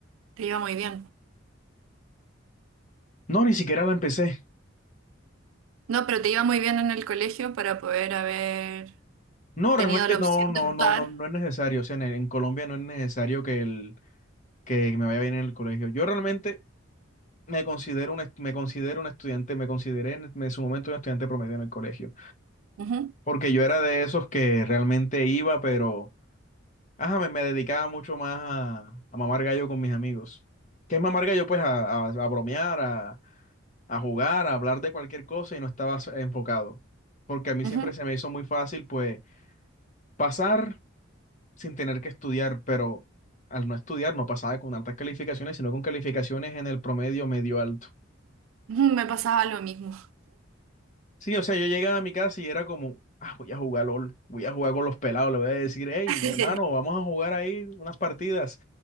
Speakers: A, on the right; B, on the left.
A: te iba muy bien.
B: no, ni siquiera la empecé.
A: No, pero te iba muy bien en el colegio para poder haber
B: No, realmente
A: tenido la
B: no,
A: opción
B: no,
A: de optar.
B: no, no, no es necesario. O sea, en, en Colombia no es necesario que el que me vaya bien en el colegio. Yo realmente me considero un, est- me considero un estudiante, me consideré en, en su momento un estudiante promedio en el colegio,
A: Ujú,
B: porque yo era de esos que realmente iba, pero ajá, me, me dedicaba mucho más a, a mamar gallo con mis amigos. ¿Qué es mamar gallo? Pues a, a- a bromear, a, a jugar, a hablar de cualquier cosa y no estaba s- enfocado, porque a mí
A: ujú,
B: siempre se me hizo muy fácil, pues, pasar sin tener que estudiar, pero... Al no estudiar no pasaba con altas calificaciones, sino con calificaciones en el promedio medio alto.
A: ujú, Me pasaba lo mismo.
B: Sí, o sea, yo llegaba a mi casa y era como, ah, voy a jugar LOL, voy a jugar con los pelados, le voy a decir, hey,
A: <laughs>
B: hermano, vamos a jugar ahí unas partidas.